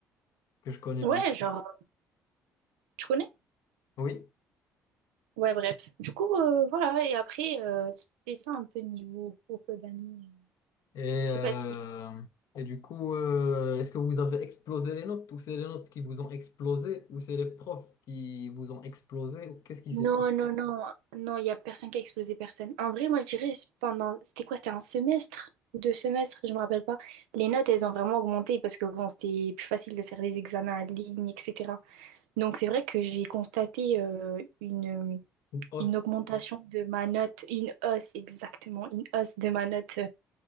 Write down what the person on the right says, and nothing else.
Ouais,
genre, tu connais?
Ouais, bref. Du coup, euh, voilà, et après, euh, c'est ça un peu niveau groupe d'amis.
Je
sais pas si
Non,
non, non, non, il n'y a personne qui a explosé personne. En vrai, moi, je dirais, c'est pendant, c'était quoi? C'était un semestre ou deux semestres, je me rappelle pas. Les notes, elles ont vraiment augmenté parce que bon, c'était plus facile de faire des examens en ligne, etc. Donc, c'est vrai que j'ai constaté euh, une,
une augmentation de ma note, une hausse, exactement, une hausse de ma note